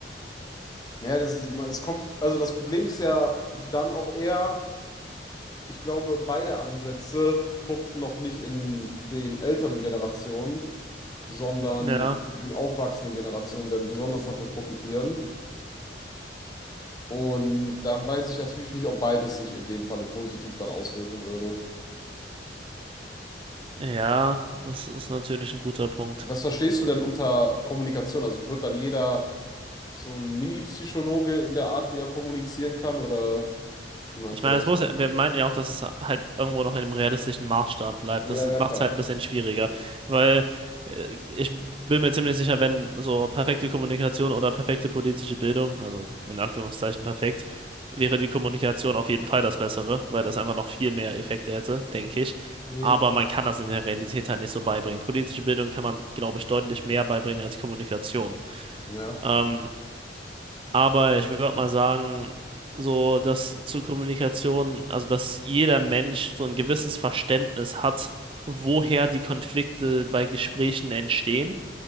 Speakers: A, on the left; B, on the right.
A: Naja, das ist, es kommt, also das Problem ist ja dann auch eher, Ich glaube, beide Ansätze fruchten noch nicht in den älteren Generationen, sondern
B: Ja,
A: die aufwachsenden Generationen werden besonders davon profitieren. Und dann weiß ich natürlich nicht, ob beides sich in dem Falle positiv dann auswirken würde.
B: Ja, das ist natürlich ein guter Punkt.
A: Was verstehst du denn unter Kommunikation? Also wird dann jeder so ein Mini-Psychologe in der Art, wie er kommunizieren kann? Oder wie meinst
B: Ich meine,
A: du das?
B: das muss ja, wir meinten ja auch, dass es halt irgendwo noch in einem realistischen Maßstab bleibt.
A: Ja,
B: Das
A: ja,
B: macht
A: klar.
B: es halt ein bisschen schwieriger, weil äh, ich bin mir ziemlich sicher, wenn so perfekte Kommunikation oder perfekte politische Bildung, also in Anführungszeichen perfekt, wäre die Kommunikation auf jeden Fall das Bessere, weil das einfach noch viel mehr Effekte hätte, denke ich.
A: Mhm.
B: Aber man kann das in der Realität halt nicht so beibringen. Politische Bildung kann man, glaube ich, deutlich mehr beibringen als Kommunikation.
A: Ja.
B: Ähm, aber ich würde mal sagen, so dass zur Kommunikation, also dass jeder Mensch so ein gewisses Verständnis hat, woher die Konflikte bei Gesprächen entstehen